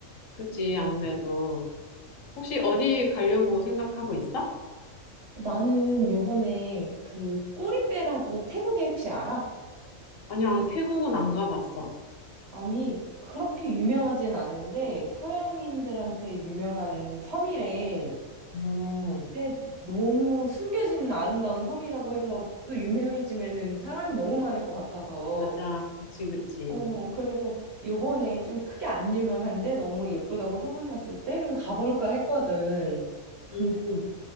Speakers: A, on the left (about 70°); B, on the right (about 50°).
A: 그치, 아무래도. 혹시 어디 가려고 생각하고 있어?
B: 나는 요번에 그 꼬리빼라고 태국에 혹시 알아?
A: 아니, 안, 태국은 안 가봤어.
B: 아니, 그렇게 유명하진 않은데 서양인들한테 유명한 섬이래.
A: 어,
B: 근데 너무 숨겨진 아름다운 섬이라고 해서 또 유명해지면은 사람이 너무 많을 것 같아서
A: 맞아. 그치, 그치.
B: 어 그래서 요번에 좀 크게 안 유명한데 너무 예쁘다고 소문났을 때 좀 가볼까 했거든. 근데
A: 음,